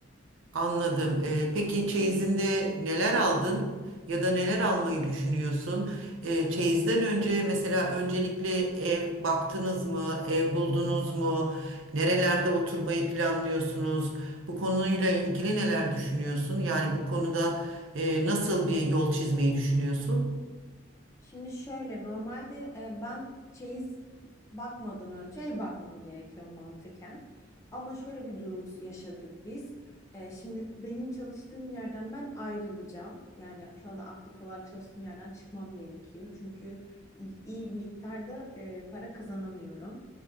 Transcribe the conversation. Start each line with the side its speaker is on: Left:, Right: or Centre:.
Right: Anladım. Ee, peki çeyizinde neler aldın ya da neler almayı düşünüyorsun? Ee, çeyizden önce mesela öncelikle ev baktınız mı? Ev buldunuz mu? Nerelerde oturmayı planlıyorsunuz? Bu konuyla ilgili neler düşünüyorsun? Yani bu konuda e, nasıl bir yol çizmeyi düşünüyorsun?
Left: Şimdi şöyle normalde e, ben çeyiz bakmadan önce ev bakmam gerekiyor mantıken. Ama şöyle bir durum yaşadık biz. E, şimdi benim çalıştığım yerden ben ayrılacağım. Yani şu anda aktif olarak çalıştığım yerden çıkmam gerekiyor. Çünkü iyi iyi bir miktarda e, para kazanamıyorum.